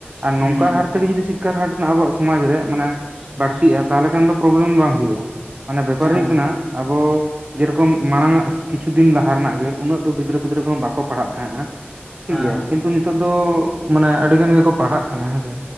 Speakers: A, on the right; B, in the centre.
A: ᱟᱨ
B: ᱦᱩᱸ
A: ᱱᱚᱝᱠᱟ ᱦᱟᱨ ᱛᱮᱜᱮ ᱡᱩᱫᱤ ᱥᱤᱠᱼᱼᱼ ᱠᱟᱨ ᱦᱟᱴ ᱨᱮᱱᱟᱜ ᱟᱵᱚᱣᱟᱜ ᱥᱚᱢᱟᱡ ᱨᱮ ᱢᱟᱱᱮ
B: ᱦᱮᱸ
A: ᱵᱟᱹᱲᱛᱤᱜᱼᱟ ᱛᱟᱦᱚᱞᱮ ᱠᱷᱟᱱ ᱫᱚ ᱯᱨᱚᱵᱞᱮᱢ ᱵᱟᱝ ᱦᱩᱭᱩᱜᱼᱟ᱾ ᱢᱟᱱᱮ ᱵᱮᱯᱟᱨ
B: ᱦᱮᱸ
A: ᱦᱳᱭᱳᱜ ᱠᱟᱱᱟ ᱟᱵᱚ ᱡᱮᱨᱚᱠᱚᱢ ᱢᱟᱲᱟᱝ ᱟᱜ ᱠᱤᱪᱷᱩ ᱫᱤᱱ ᱞᱟᱦᱟ ᱨᱮᱱᱟᱜ ᱜᱮ? ᱩᱱᱟᱹᱜ ᱫᱚ ᱜᱤᱫᱽᱨᱟᱹ ᱯᱤᱫᱽᱨᱟᱹ ᱠᱚᱦᱟ ᱵᱟᱠᱚ ᱯᱟᱲᱦᱟᱜ ᱛᱟᱦᱮᱸᱫ ᱴᱷᱤᱠ
B: ᱦᱮᱸ
A: ᱜᱮᱭᱟᱤᱱᱛᱩ ᱱᱤᱛᱚᱜ ᱱᱤᱛᱚᱜ ᱫᱚ ᱢᱟᱱᱮ ᱟᱹᱰᱤ ᱜᱟᱱ ᱜᱮᱠᱚ ᱯᱟᱲᱦᱟᱜ ᱠᱟᱱᱟ ᱦᱮᱸᱥᱮ